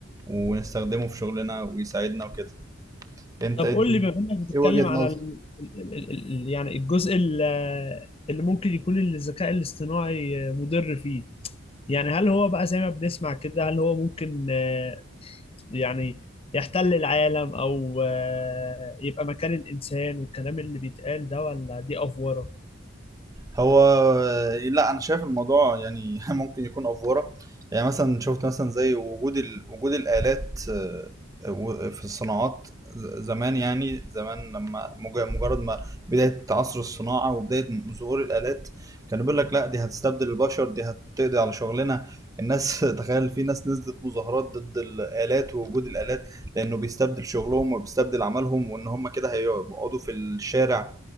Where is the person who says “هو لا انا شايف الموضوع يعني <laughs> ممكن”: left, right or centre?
Right